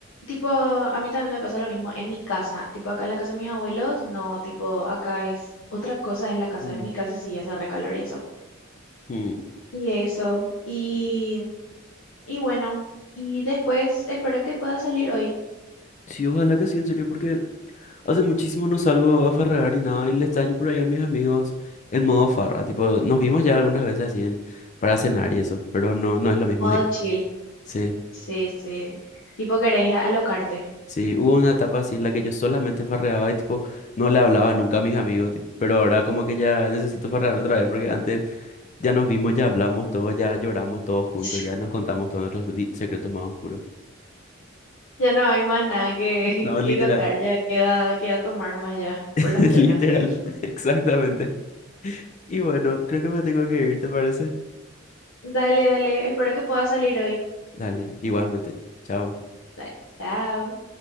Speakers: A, on the left; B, on the left.
A: tipo, a mí también me pasa lo mismo en mi casa. Tipo, acá en la casa de mis abuelos, no, tipo, acá es otra cosa, es la casa.
B: Mm,
A: En mi casa sí hace recalor y eso.
B: mm.
A: Y eso. Y, y bueno, y después espero que pueda salir hoy.
B: Sí, ojalá que sí, en serio, porque hace muchísimo no salgo a farrear y nada, y le extraño por allá a mis amigos en modo farra. Tipo, nos vimos ya algunas veces así en, para cenar y eso, pero no, no es lo mismo.
A: Modo
B: eh.
A: chill.
B: Sí.
A: Sí, sí. Tipo, querés alocarte.
B: Sí, hubo una etapa así en la que yo solamente farreaba y tipo no le hablaba nunca a mis amigos, tipo, pero ahora como que ya necesito farrear otra vez porque antes ya nos vimos, ya hablamos todos, ya lloramos todos juntos,
A: <laughs>
B: ya nos contamos todos nuestros di- secretos más oscuros.
A: Ya no hay más nada que,
B: No,
A: que
B: literal,
A: contar, ya queda, queda tomar nomás ya,
B: <laughs>
A: por las penas,
B: literal,
A: sí.
B: <laughs> exactamente. Y bueno, creo que me tengo que ir, ¿te parece?
A: Dale, dale. Espero que pueda salir hoy.
B: Dale, igualmente. Chao.
A: Dale, chao.